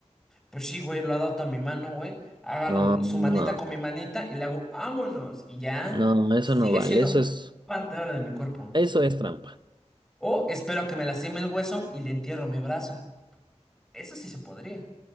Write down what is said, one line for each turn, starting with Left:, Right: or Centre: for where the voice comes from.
Centre: Pues sí, güey, lo adapto a mi mano, güey. Agarro
Right: no, no,
Centre: su manita con mi manita y le hago, ¡vámonos! Y ya
Right: no, no, eso
Centre: sigue
Right: no vale,
Centre: siendo
Right: eso es,
Centre: parte ahora de mi cuerpo.
Right: eso es trampa.
Centre: O espero que me lastime el hueso y le entierro mi brazo. Eso sí se podría.